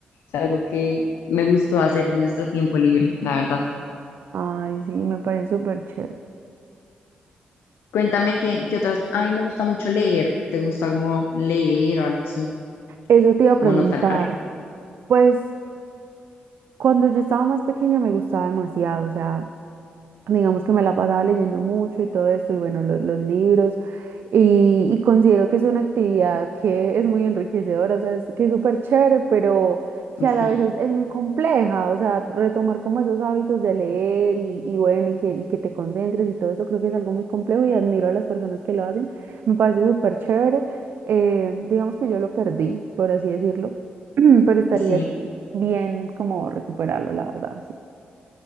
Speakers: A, on the left; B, on the right.
A: Es algo que me gustó hacer en nuestro tiempo libre, la verdad.
B: Ay, sí, me parece súper chévere.
A: Cuéntame qué, qué otras, a mí me gusta mucho leer, ¿te gusta como leer o algo así?
B: Eso te iba a
A: como
B: preguntar.
A: no tan art-
B: Pues cuando yo estaba más pequeña me gustaba demasiado, o sea, digamos que me la pasaba leyendo mucho y todo esto, y bueno, los, los libros, y, y considero que es una actividad que es muy enriquecedora, o sea, es, que es súper chévere, pero que a
A: Sí,
B: la vez es, es muy compleja, o sea, retomar como esos hábitos de leer y, y bueno, y que, y que te concentres y todo eso, creo que es algo muy complejo y admiro a las personas que lo hacen, me parece súper chévere, eh, digamos que yo lo perdí, por así decirlo, <clears throat> pero estaría
A: sí.
B: bien como recuperarlo, la verdad, sí